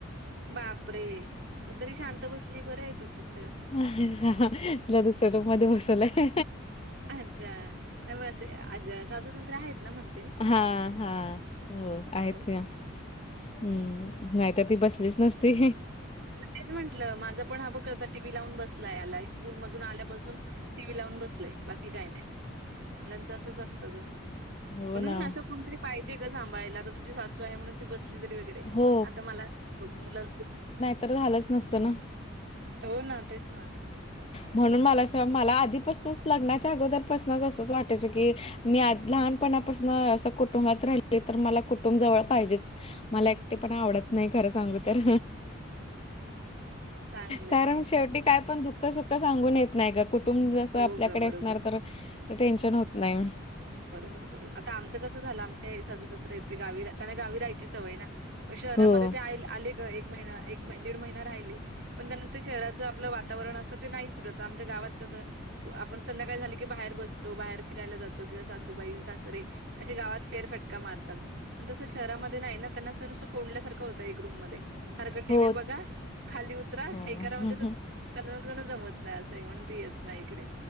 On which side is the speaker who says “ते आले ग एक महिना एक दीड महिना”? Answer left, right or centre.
Right